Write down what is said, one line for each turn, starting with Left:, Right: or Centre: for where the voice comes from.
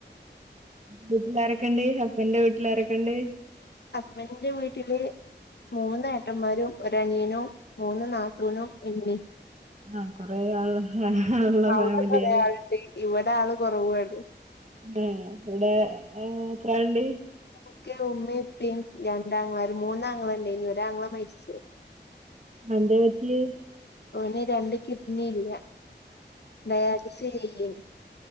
Right: വീട്ടില് ആരൊക്കെണ്ട് ഹസ്ബൻന്റെ വീട്ടില് ആരൊക്കെണ്ട്
Left: അസ്ബൻ്റിൻ്റെ വീട്ടില് മൂന്നേട്ടന്മാരും ഒരനിയനും മൂന്ന് നാത്തൂനും ന്ടി
Right: ആഹ് കൊറെ ആൾ ഒള്ള
Left: അവിടെ
Right: ഫാമിലിയാല്ലേ
Left: കൊറേ ആളുണ്ട് ഇവിടെ ആള് കൊറവാണ്
Right: ഉം ഇവിടെ എത്രാള്ണ്ട്
Left: എനക്ക് ഉമ്മയും ഉപ്പിയും രണ്ടാംഗ്ളമാരും മൂന്നാംഗ്ള ഉണ്ട് ഇനി ഒരാംഗ്ള മരിച്ചോയി <unintelligible>
Right: അന്തേ പറ്റി
Left: ഓന് രണ്ട് കിഡ്നി ഇല്ല ഡയാലിസിസ് ചെയ്യന്